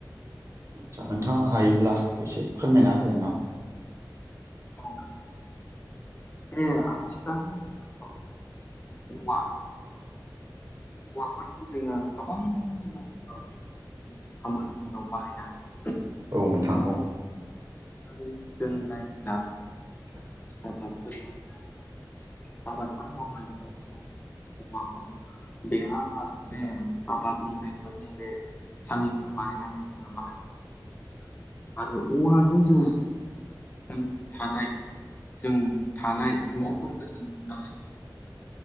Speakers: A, on the right; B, on the left.
A: आत्सा नोंथाङा हायोब्ला एसे फोरमायना होगोन ना?
B: औ नोंथां। बे आथिखालनि जुग अ' नङा औवाफोरखौ जोङो गोबां बाहागोआव खामानिफोराव बाहायनो हायो।
A: औ नोंथां औ
B: जारै -जों नायोब्ला
A: <inaudible>
B: <unintelligible> आबादफोर मावनायफोरावबो जों औवाखौ बेराब्ला बे आबाद मावनायफोरनि बे सांयिफोर बानायनानै जोङो बाहायनो हायो। आरो औवाजों जोङो जों थानाय जों थानाय न'फोर जों नुनो हायो